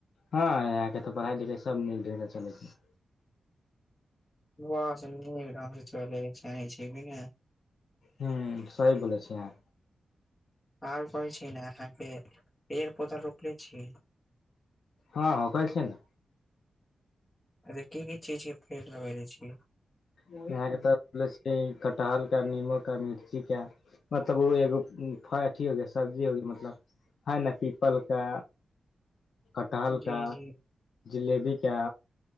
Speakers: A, on the left; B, on the left.
A: हँ यहाँ के तऽ पढ़ाइ लिखाइ सब नीक डे मे चलै छै।
B: बस नीक ढंग से चलैके चाही छै कि न।
A: हूँ सही बोलै छियै अहाँ।
B: आओर कहै छी न अहाँके पेड़ पौधा रोपले छी।
A: हँँ होखैल छै ने।
B: अरे की की चीज के पेड़ लगैले छियै।
A: यहाँ के तऽ कटहल का नीबू का मिर्ची का। मतलब ओ एगोफ अथीयो के मतलब सब्जीयो के मतलब है न पीपल का। कटहल
B: जी
A: का
B: जी
A: जिलेबीका।